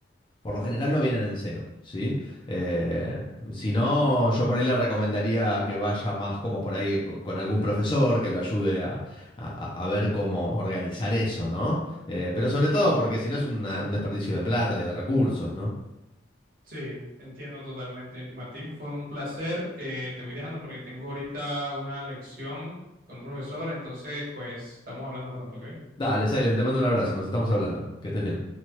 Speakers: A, on the left; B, on the right.
A: por lo general no vienen en cero, ¿sí? Eh, si no, yo por ahí le recomendaría que vaya más como por ahí co- con algún profesor que lo ayude a, a- a ver cómo organizar eso, ¿no? Eh, pero sobre
B: sí, claro.
A: todo porque si no es una- un desperdicio de plata y de recursos, ¿no?
B: Sí, entiendo totalmente. Martín, fue un placer. Eh, te voy dejando porque tengo ahorita una lección con un profesor, entonces pues estamos hablando pronto, ¿ok?
A: Dale, Silent, te mando un abrazo, nos estamos hablando. Que estés bien.